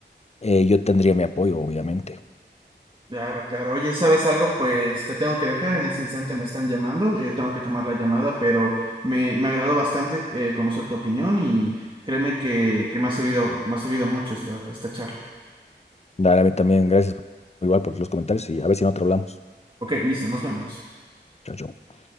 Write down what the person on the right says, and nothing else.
claro, claro. Oye, ¿sabes algo? Pues te tengo que dejar. En ese instante me están llamando. eh, tengo que tomar la llamada, pero me, me agradó bastante eh, conocer tu opinión y créeme que, que me ha servido, me ha servido mucho esta, esta charla.
Ok, listo, nos vemos.